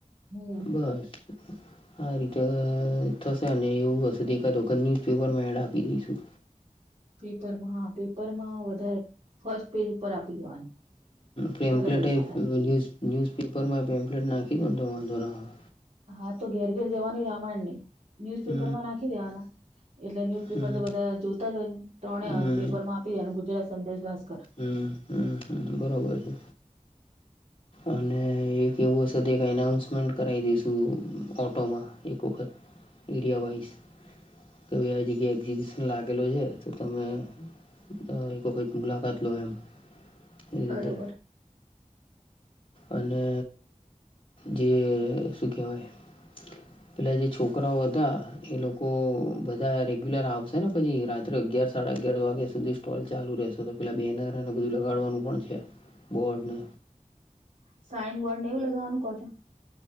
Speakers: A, on the right; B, on the left.
A: હમ
B: બસ. આ રીતે અ થશે અને એવું હશે તો એકાદ વખત ન્યુઝપેપર માં એડ આપી દઈશું.
A: પેપરમાં હા પેપર માં વધારે ફર્સ્ટ પેજ ઉપર આપી દેવાનું.
B: પેમ્પલેટ
A: ભલે પૈસા
B: એ
A: થાય
B: ન્યૂઝ ન્યૂઝપેપરમાં પેમ્પલેટ નાખી દોતો વાંધો ન આવે.
A: હા તો ઘેર ઘેર જવાની રામાયણ નહી ન્યુઝપેપર
B: હમ
A: માં નાખી દેવાના. એટલે ન્યુઝપેપર
B: હમ
A: તો બધા જોતા હોયજ ત્રણે
B: હમ
A: પેપર માં આપી દેવાનું ગુજરાત સંદેશ ભાસ્કર.
B: હું હું હું બરોબર છે. અને. એક એવું હશે એક એનાઉન્સમેન્ટ કરાવી દઈશું ઓટોમાં એક વખત. એરિયા વાઇઝ કે ભાઈ આ જગ્યાએ એક્ઝિબિશન લાગેલો છે તો તમે. અ એક વખત મુલાકાત લો એમ એવી
A: બરોબર
B: રીતે. અને જે શું કેહેવાય. પહેલા જે છોકરાઓ હતા. એ લોકો બધા રેગ્યુલર આવશે ને પછી રાત્રે અગિયાર સાડા અગિયાર વાગે સુધી. સ્ટોલ ચાલુ રહેશે તો પેલા બેનર અને બધું લગાડવાનું પણ છે બોર્ડને.
A: સાઈન બોર્ડ ને એવું લગાવવાનું કહો છો.